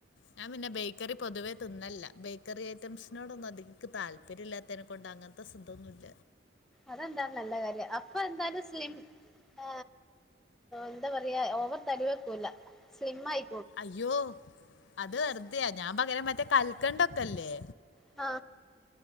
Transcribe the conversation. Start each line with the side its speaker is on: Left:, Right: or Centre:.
Left: ഞാൻ പിന്നെ ബേക്കറി പൊതുവേ തിന്നലില്ല ബേക്കറി ഐറ്റംസിനോടൊന്നും അധിക താല്പര്യം ഇല്ലാതേനെ കൊണ്ട അങ്ങനത്തെ സിദ്ധൊന്നുല്ല.
Centre: അതെന്താലും നല്ല കാര്യ അപ്പൊ എന്തായാലും സ്ലിം ആ എന്താ പറയാ ഓവർ തടിവക്കൂല സ്ലിം ആയി
Left: അയ്യോ അത് വെറുതെയാ ഞാൻ പകരം മറ്റേ കൽക്കണ്ടൊക്കെല്ലേ
Centre: ആ